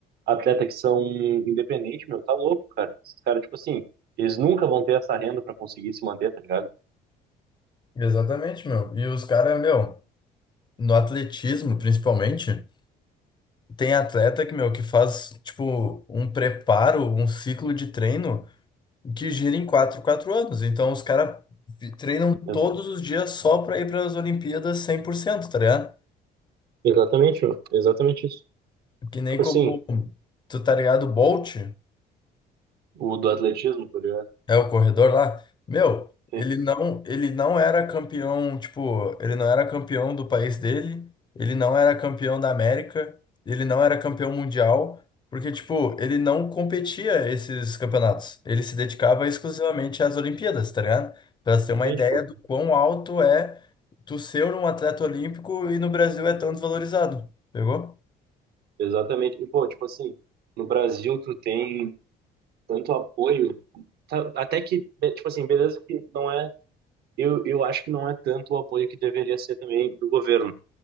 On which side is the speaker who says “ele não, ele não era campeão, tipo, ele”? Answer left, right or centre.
Left